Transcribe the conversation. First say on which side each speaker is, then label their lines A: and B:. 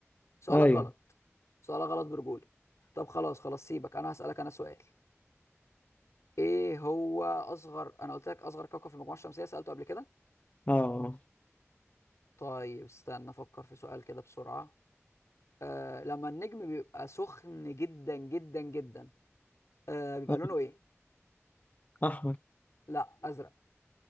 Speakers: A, on the left; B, on the left.
A: سؤالك
B: ايوه
A: غلط سؤالك غلط برجولة طب خلاص خلاص سيبك انا هسألك انا سؤال ايه هو اصغر انا قلت لك اصغر كوكب في المجموعة الشمسية سألته قبل كده
B: اه
A: طيب استنى افكر في سؤال كده بسرعة آه لما النجم بيبقى سخن جدا جدا جدا آه بيبقى
B: آه.
A: لونه ايه
B: احمد
A: لا ازرق